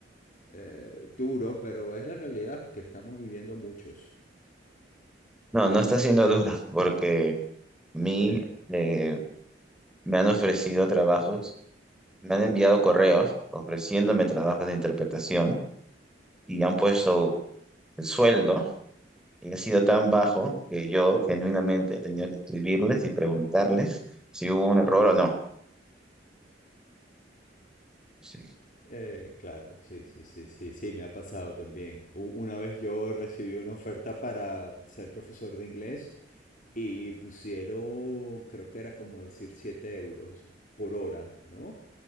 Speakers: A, on the left; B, in the centre.
A: eh, duro, pero es la realidad que estamos viviendo muchos.
B: No, no está siendo duro porque mi...
A: <laughs>
B: eh, Me han ofrecido trabajos, me han enviado correos ofreciéndome trabajos de interpretación y han puesto el sueldo y ha sido tan bajo que yo genuinamente he tenido que escribirles y preguntarles si hubo un error o no. Sí,
A: Eh, claro, sí, sí, sí, sí, sí, me ha pasado también. U- Una vez yo recibí una oferta para ser profesor de inglés y pusieron, creo que era como decir 7 euros por hora, ¿no?